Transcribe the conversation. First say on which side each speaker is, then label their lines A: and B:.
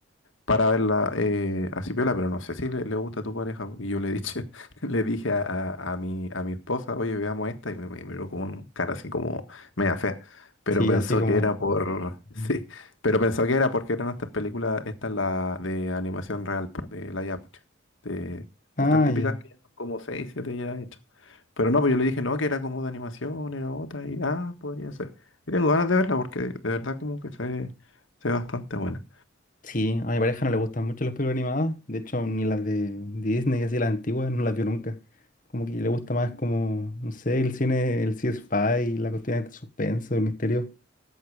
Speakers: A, on the left (about 75°); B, on the left (about 40°).
A: para verla eh, así piola, pero no sé si le, le gusta a tu pareja. Y yo le dije, <laughs> le dije a, a- a mi, a mi esposa, oye, veamos esta, y me, me miró con cara así como media fea. Pero
B: sí,
A: pensó
B: así como.
A: que era por. <laughs> Sí,
B: Ujú.
A: pero pensó que era porque eran estas películas, esta es la de animación real, pues, de live action, de, de
B: Ah,
A: estas típicas
B: ya.
A: que ya como seis, siete ya hechas. Pero no, pues yo le dije, no, que era como de animación, era otra, y ah, podría ser. Y tengo ganas de verla porque de verdad como que se, se ve bastante buena.
B: Sí, a mi pareja no le gustan mucho las películas animadas. De hecho, ni las de Disney, así las antiguas, no las vio nunca. Como que le gusta más como, no sé, el cine, el sci-fi, la cuestión de suspenso, el misterio.